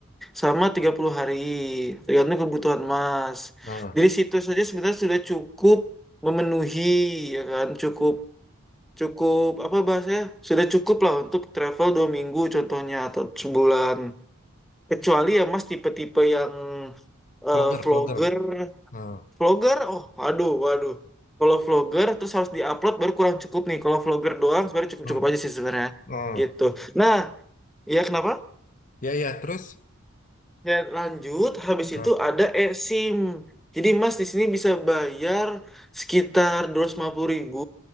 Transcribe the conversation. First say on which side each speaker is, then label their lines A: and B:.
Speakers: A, in the centre; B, on the left.
A: sama tiga puluh hari tergantung kebutuhan mas
B: うん、ああ、うん、うん、うん、うん。vlogger,
A: dari situ saja sebenarnya sudah cukup memenuhi ya kan cukup cukup apa bahasanya sudah cukup lah untuk travel dua minggu contohnya atau sebulan Kecuali ya Mas tipe-tipe yang eh,
B: vlogger.
A: vlogger,
B: ah,
A: vlogger, oh aduh, waduh. Kalau vlogger terus harus diupload baru kurang cukup nih. Kalau vlogger doang sebenarnya cukup-cukup
B: hmm,
A: aja sih sebenarnya.
B: hmm.
A: Gitu.
B: hmm.
A: Nah, ya kenapa?
B: Ya, ya, terus?
A: Ya lanjut, habis
B: ah,
A: itu ada eSIM. Jadi Mas di sini bisa bayar sekitar dua dua ratus lima puluh ribu